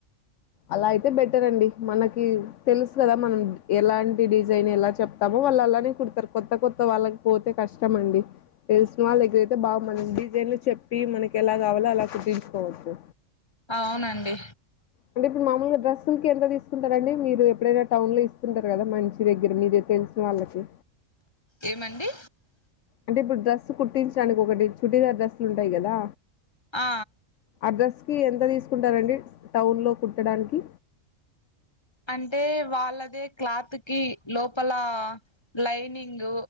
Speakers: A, on the left; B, on the left.
A: అలా అయితే బెటర్ అండి మనకి తెలుసు కదా మనం ఎలాంటి డిజైన్ ఎలా చెప్ స్తాము వాళ్ళు అలానే కుడతారు కొత్త కొత్త వాళ్ళకి పోతే కష్టం అండి తెలిసిన వాళ్ళ దగ్గర అయితే బాగుంది డిజైన్లు చెప్పి మనకి ఎలా కావాలో అలా కుట్టించుకోవచ్చు
B: అవునండి
A: అంటే ఇప్పుడు మామూలుగా డ్రస్ంగ్కి ఎంత తీకుంటారండి మీరు ఎప్పుడైనా టౌన్ లో ఇస్తుంటారు కదా మంచి దగ్గర మీకు తెలిసి న వాళ్ళకి
B: ఏమండి
A: అంటే ఇప్పుడు డ్రెస్ కుట్టించడానికి ఒకటి చుడీదార్ డ్రస్సులు ఉంటాయి కదా
B: ఆ
A: ఆ డ్రెస్ కి ఎంత తీసుకుంటారండి టౌన్లో కుట్టడానికి
B: అంటే వాళ్ళదే క్లాత్ కి లోపల లైనింగ్